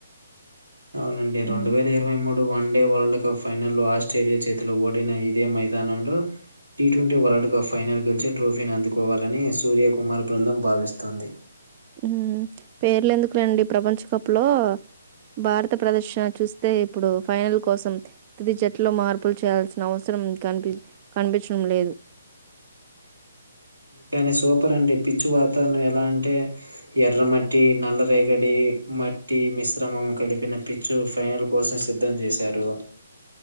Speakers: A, on the right (about 75°); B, on the right (about 30°).
A: అవునండి రెండు
B: మ్మ్
A: వేల ఇరవై మూడు వ డే వరల్డ్ కప్ ఫైనల్లో ఆస్ట్రేలియా చేతిలో ఇదే వరల్డ్ కప్ ఆస్ట్రేలియా ఫైనల్ లో ఓడిన ఇదే మైదానంలో T twenty world cup final గెలిచి ట్రోఫీని అందుకోవాలని సూర్యకుమార్ బృందం భావిస్తోంది
B: మ్మ్ పేర్లు ఎందుకులేండి ప్రపంచ కప్ లో భారత ప్రదర్శన చూస్ తే ఇప్పుడు ఫైనల్ కోసం తుది జట్టులో మార్పులు చేయాల్సిన అవసరం కనిపించ కనిపించడం లేదు
A: కానీ సూపర్ అండి పిచ్చు వాతావరణం ఎలా అంటే ఎర్ర మట్టి నల్ల రేగడి మట్టి మిశ్రమం కలిపిన పిచ్చు ఫైనల్ కోసం సిద్ధం చేశారు